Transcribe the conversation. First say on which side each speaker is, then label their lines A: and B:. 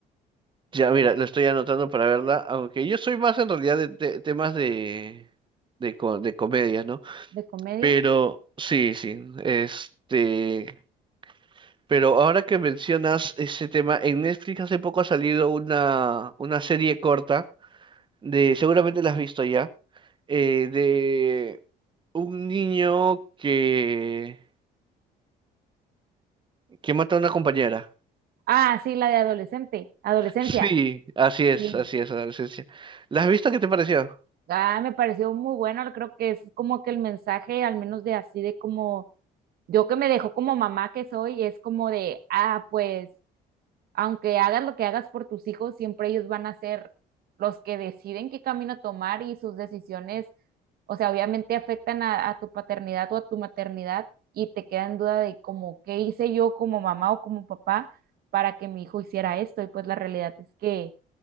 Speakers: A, on the right; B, on the right.
A: ya, mira, lo estoy anotando para verla, aunque yo soy más en realidad de, te- temas de, de, co- de comedias, ¿no?
B: ¿De comedia?
A: Pero sí, sí, este, pero ahora que mencionas ese tema, en Netflix hace poco ha salido una, una serie corta, de, seguramente la has visto ya, eh, de un niño que, que mata a una compañera.
B: Ah, sí, la de adolescente, adolescencia.
A: Sí, así es,
B: Sí.
A: así es, adolescencia. ¿La has visto? ¿Qué te pareció?
B: Ah, me pareció muy buena, creo que es como que el mensaje, al menos de así, de como yo que me dejó como mamá que soy, es como de, ah, pues, aunque hagas lo que hagas por tus hijos, siempre ellos van a ser los que deciden qué camino tomar y sus decisiones, o sea, obviamente afectan a, a tu paternidad o a tu maternidad y te queda en duda de como, ¿qué hice yo como mamá o como papá para que mi hijo hiciera esto? Y pues la realidad es que